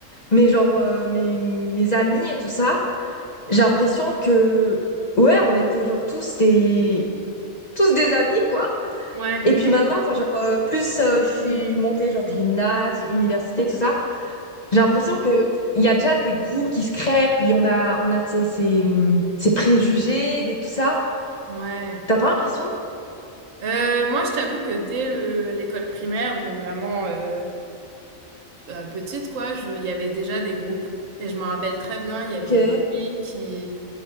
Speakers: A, on the left; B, on the right.
A: Mais genre, euh, mes, mes amis et tout ça, j'ai l'impression que, ouais, on était genre tous des, tous des amis, quoi.
B: Ouais,
A: Et puis maintenant, enfin, genre, euh, plus euh, je suis montée, genre, gymnase, université, tout ça, j'ai l'impression que il y a déjà des groupes qui se créent, puis on a, on a ces, ces, hum, ces préjugés, des, tout ça.
B: ouais.
A: T'as pas l'impression
B: Euh, moi, je t'avoue que dès le- l'école primaire, donc vraiment euh, euh, petite, quoi, je- il y avait déjà des groupes. Et je m'en rappelle très bien, il y avait
A: que,
B: une fille qui,